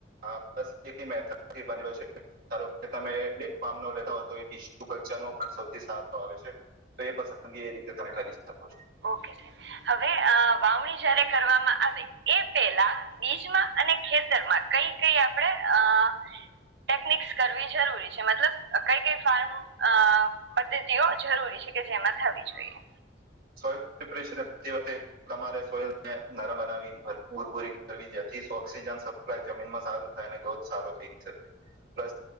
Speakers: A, on the right; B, on the right.
A: આ બસ એ એક મેથડ થી બનેલો છે ધારો કે તમે એ એક ફાર્મ નો લેતા હો તો એ ઇસ્યુ કર તેનો પણ સૌથી સારો આવે છે. તો એ પસંદગી એ રીતે તમે કરી શકો છો.
B: ઓકે હવે અહ વાવણી જયારે કરવામાં આવે એ પેલા બીજમાં અને ખેતરમાં કઈ કઈ આપડે અહ ટેકનિકસ કરવી જરૂરી છે મતલબ કઈ કઈ ફાર્મ અ પદ્ધતિઓ જરૂરી છે? કે જેમાં થવી જોઈએ.
A: <inaudible> <unintelligible> એ વખતે તમારે સોઈલ ને નરમ બનાવી ભરપુર <unintelligible> કરવી જેથી <unintelligible> જેમ સપ્લાય જમીનમાં સારું થાય અને ધોધ સારો થઈ શકે. પ્લસ